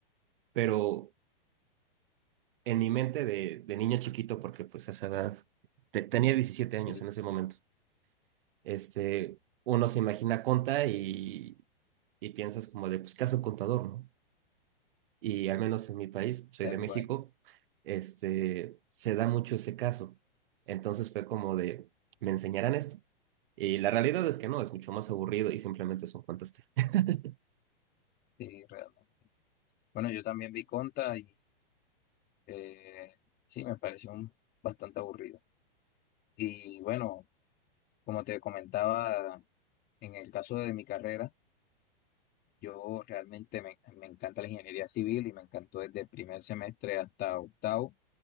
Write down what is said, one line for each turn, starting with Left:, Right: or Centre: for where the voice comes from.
Right: pero en mi mente de, de niño chiquito, porque pues a esa edad, te- tenía 17 años
Left: Sí,
Right: en ese momento, este, uno se imagina conta y, y piensas como de, pues, ¿qué hace un contador, no? Y al menos en mi país, soy
Left: tal
Right: de México,
Left: cual,
Right: este, se da mucho ese caso. Entonces fue como de, ¿me enseñarán esto? Y la realidad es que no, es mucho más aburrido y simplemente son cuentas. <laughs>
Left: sí, realmente. Bueno, yo también vi Conta y Eh, sí, me pareció un- bastante aburrido. Y bueno, como te comentaba, en el caso de mi carrera, yo realmente me, me encanta la ingeniería civil y me encantó desde el primer semestre hasta octavo,